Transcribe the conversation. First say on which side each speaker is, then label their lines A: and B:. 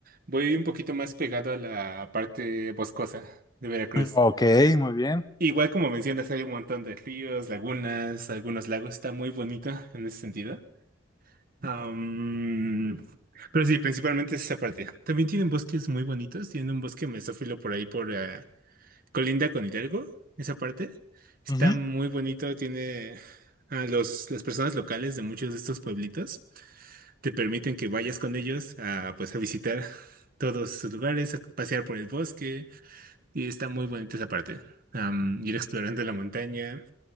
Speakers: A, on the right; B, on the left.
A: Voy un poquito más pegado a la parte boscosa de Veracruz.
B: Ok, muy bien.
A: Igual como mencionas, hay un montón de ríos, lagunas, algunos lagos. Está muy bonito en ese sentido. Am, pero sí, principalmente es esa parte. También tienen bosques muy bonitos. Tienen un bosque mesófilo por ahí, por eh, colinda con Hidalgo, esa parte. Está
B: Ujú.
A: muy bonito. Tiene a los, las personas locales de muchos de estos pueblitos. Te permiten que vayas con ellos a, pues, a visitar todos sus lugares, a pasear por el bosque. Y está muy bonita esa parte. Am, ir explorando la montaña.